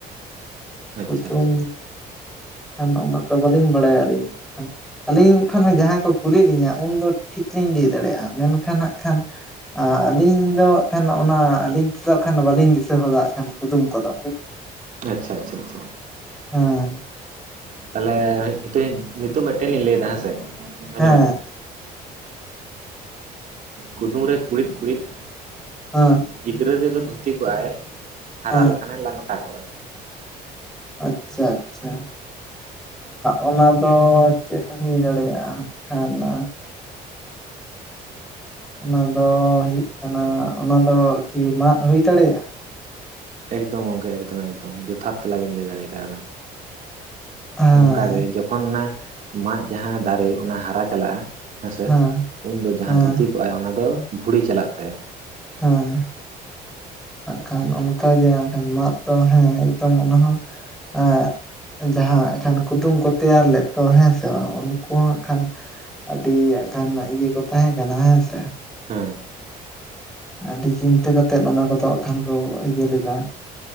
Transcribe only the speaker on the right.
ᱟᱪᱪᱷᱟ <inaudible>
ᱟᱪᱪᱷᱟ ᱟᱪᱪᱷᱟ ᱟᱪᱪᱷᱟ
ᱛᱟᱦᱚᱞᱮ ᱱᱤᱛᱚᱜ ᱢᱤᱫᱴᱮᱱ ᱞᱤᱧ ᱞᱟᱹᱭᱫᱟ ᱦᱮᱸᱥᱮ ᱟᱸᱡᱚᱢ
ᱵᱤᱱ ᱠᱩᱫᱩᱢ ᱨᱮ ᱠᱩᱬᱤᱫ ᱠᱩᱬᱤᱫ
ᱜᱤᱫᱽᱨᱟᱹ ᱨᱮᱫᱚ ᱫᱷᱩᱛᱤ ᱠᱚᱜᱼ ᱟᱭ ᱦᱟᱨᱟ
ᱞᱮᱠᱷᱟᱱᱮ ᱞᱟᱝᱴᱟ ᱠᱚᱜᱼᱟ
ᱮᱠᱫᱚᱢ ᱜᱚᱢᱠᱮ ᱮᱠᱫᱚᱢ ᱮᱠᱫᱚᱢ ᱡᱚᱛᱷᱟᱛ ᱛᱮᱞᱟᱵᱮᱱ ᱞᱟᱹᱭ ᱫᱟᱲᱮ ᱠᱟᱣᱫᱟ ᱾
ᱚᱱᱠᱟᱜᱮ ᱡᱚᱠᱷᱚᱱ ᱚᱱᱟ ᱢᱟᱫ ᱡᱟᱦᱟᱸ ᱫᱟᱨᱮ ᱚᱱᱟ ᱦᱟᱨᱟ ᱪᱟᱞᱟᱜᱼᱟ ᱾ ᱦᱮᱸᱥᱮ
ᱩᱱᱫᱚ ᱡᱟᱦᱟᱸ
ᱫᱷᱩᱛᱤ ᱠᱚᱜᱼᱟᱭ ᱚᱱᱟ ᱫᱚ ᱵᱷᱩᱲᱤ ᱪᱟᱞᱟᱜ ᱛᱟᱭᱟ ᱾
ᱦᱮᱸ